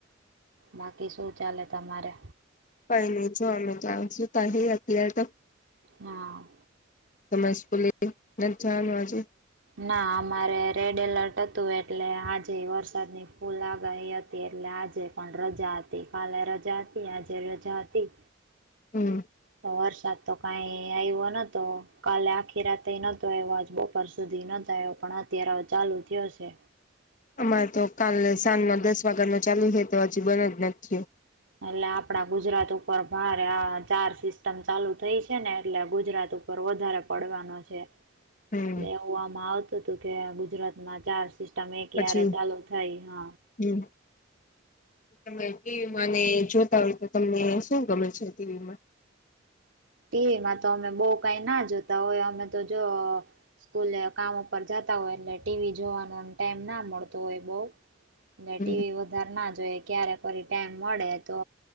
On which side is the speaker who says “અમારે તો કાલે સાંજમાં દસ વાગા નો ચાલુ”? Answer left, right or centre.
Left